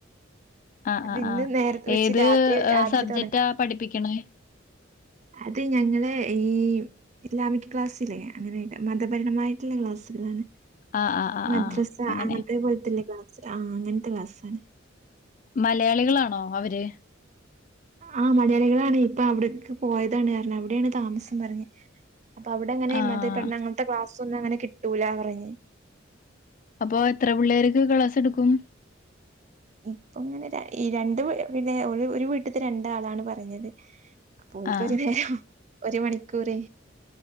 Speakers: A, on the left; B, on the right.
A: ആ
B: അപ്പൊ
A: ആ
B: ഇന്ന്
A: ആ
B: നേരത്തെ വെച്ച്
A: ഏത്
B: രാത്രി രാത്രി
A: സബ്ജക്റ്റാ
B: തൊടങ്ങാന്ന്.
A: പഠിപ്പിക്കണേ
B: അത് ഞങ്ങള ഈം. ഇസ്ലാമിക്ക് ക്ലാസ്സില്ലേ അങ്ങനെയ്ട്ട് മത പഠനമായിട്ടുള്ള ക്ലാസ്സുകളാണ്.
A: ആ ആ ആ
B: മദ്രസ
A: ആ അങ്ങനെ
B: അങ്ങൻത്തെ പോലെത്തുള്ള ക്ലാസ് ആഹ് അങ്ങനത്തെ ക്ലാസാണ്.
A: മലയാളികളാണോ അവര്?
B: ആഹ് മലയാളികളാണ് ഇപ്പൊ അവിടക്ക് പോയതാണ് അവിടെയാണ് താമസം പറഞ്ഞ്. അപ്പൊ അവിടെ അങ്ങനെ
A: ആഹ്
B: മതപഠന അങ്ങൻത്തെ ക്ലാസ് ഒന്നും അങ്ങനെ കിട്ടുല പറഞ്ഞ്.
A: അപ്പൊ എത്ര പുള്ളേർക്ക് ക്ലാസ് എടുക്കും?
B: ഇപ്പൊ ഇങ്ങനെ ര ഈ രണ്ട് പെ പിന്നെ ഒര് ഒരു വീട്ട്ത്തെ രണ്ടാളാണ് പറഞ്ഞത്. അപ്പോൽക്ക്
A: ആഹ്
B: ഒരു നേരം ഒരു മണിക്കൂറ്.